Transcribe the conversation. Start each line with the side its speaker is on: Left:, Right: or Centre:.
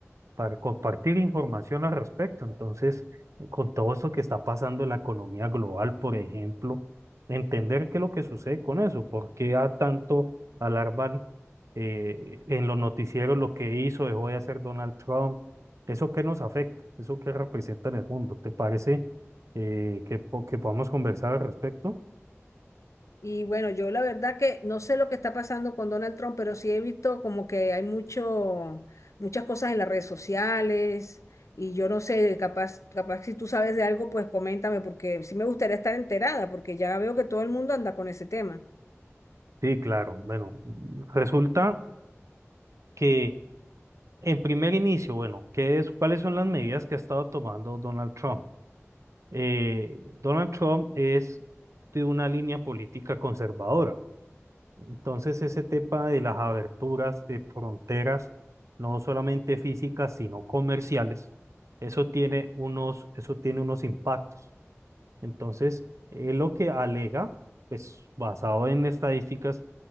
Right: para compartir información al respecto. Entonces, con todo eso que está pasando en la economía global, por ejemplo, entender qué es lo que sucede con eso, por qué a tanto alarman eh, en los noticieros lo que hizo, dejó de hacer Donald Trump, eso que nos afecta, eso que representa en el mundo. ¿Te parece eh, que, po- que podamos conversar al respecto?
Left: Y bueno, yo la verdad que no sé lo que está pasando con Donald Trump, pero sí he visto como que hay mucho, muchas cosas en las redes sociales y yo no sé, capaz, capaz si tú sabes de algo, pues coméntame porque sí me gustaría estar enterada porque ya veo que todo el mundo anda con ese tema.
Right: Sí, claro. Bueno, resulta que en primer inicio, bueno, ¿qué es, cuáles son las medidas que ha estado tomando Donald Trump? eh, Donald Trump es de una línea política conservadora. Entonces, ese tema de las aberturas de fronteras, no solamente físicas, sino comerciales, eso tiene unos, eso tiene unos impactos. Entonces, él lo que alega, pues basado en estadísticas,